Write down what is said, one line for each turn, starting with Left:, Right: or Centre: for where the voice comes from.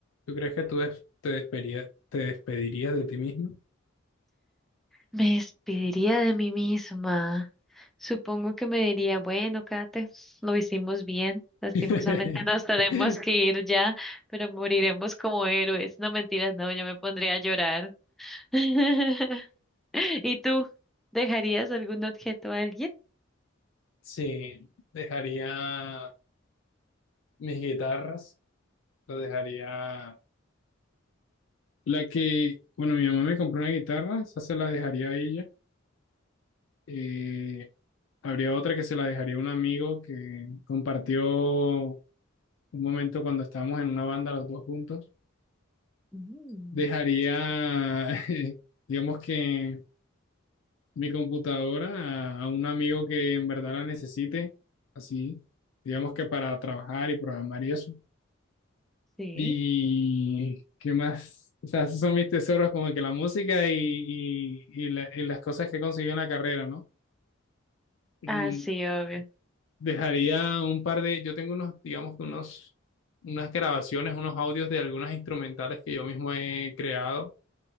Left: ¿Tú crees que tú des- te despedirías, te despedirías de ti mismo?
Centre: Me despediría de mí misma. Supongo que me diría, bueno, Kate, lo hicimos bien. Lastimosamente
Left: <laughs>
Centre: <laughs> nos tenemos que ir ya, pero moriremos como héroes. No mentiras, no, yo me pondría a llorar. <laughs> ¿Y tú dejarías algún objeto a alguien?
Left: Sí, dejaría mis guitarras, las dejaría... La que, bueno, mi mamá me compró una guitarra, esa se la dejaría a ella. Eh, habría otra que se la dejaría a un amigo que compartió un momento cuando estábamos en una banda los dos juntos.
Centre: Mm,
Left: Dejaría, <laughs> digamos que mi computadora a, a un amigo que en verdad la necesite, así, digamos que para trabajar y programar y eso.
Centre: sí.
Left: Y qué más, o sea, esos son mis tesoros, como que la música y, y, y la- y las cosas que he conseguido en la carrera, ¿no? Y
Centre: Ah, sí, obvio.
Left: dejaría un par de, yo tengo unos, digamos que unos, unas grabaciones, unos audios de algunas instrumentales que yo mismo he creado.